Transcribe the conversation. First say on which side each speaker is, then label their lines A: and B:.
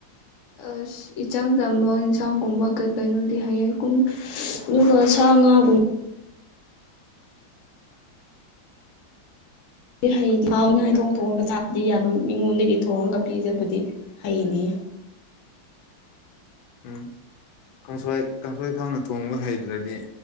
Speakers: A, on the left (about 60°); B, on the left (about 80°).
A: ꯑꯁ ꯏꯆꯝ ꯆꯝꯕ ꯏꯟꯁꯥꯡꯒꯨꯝꯕ ꯀꯩ ꯀꯩꯅꯣꯗꯤ ꯍꯩꯌꯦ ꯀꯨꯝ ꯑꯗꯨꯒ ꯁꯥ ꯉꯥꯒꯨꯝꯕ ꯍꯩꯗꯤ ꯍꯥꯎꯅꯉꯥꯏ ꯊꯣꯡ ꯊꯣꯡꯉꯒ ꯆꯥꯕꯥꯗꯤ ꯌꯥꯕ ꯃꯤꯉꯣꯟꯗꯒꯤ ꯊꯣꯡꯉꯒ ꯄꯤꯖꯕꯗꯤ ꯍꯩꯅꯤ
B: ꯎꯝ ꯀꯥꯡꯁꯣꯏ ꯀꯥꯡꯁꯣꯏ ꯍꯥꯎꯅ ꯊꯣꯡꯕ ꯍꯩꯗ꯭ꯔꯗꯤ